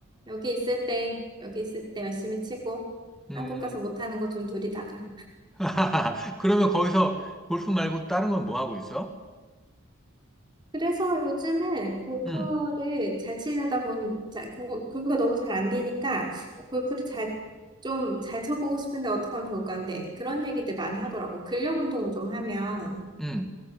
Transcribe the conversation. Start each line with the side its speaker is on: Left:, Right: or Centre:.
Right: 여기 있을 때 여기 있을 때 열심히 치고
Centre: 음,
Right: 한국 가서 못하는 거 좀 누리다가
Centre: <laughs> 그러면 거기서 골프 말고 다른 건 뭐 하고 있어?
Right: 그래서 요즘은 골프를
Centre: 음,
Right: 잘 치려다 본, 자, 고- 골프가 너무 잘 안 되니까 골프를 잘, 좀 잘 쳐보고 싶은데 어떻게 하면 좋을까 하는데 그런 얘기들 많이 하더라고. 근력 운동을 좀 하면,
Centre: 음,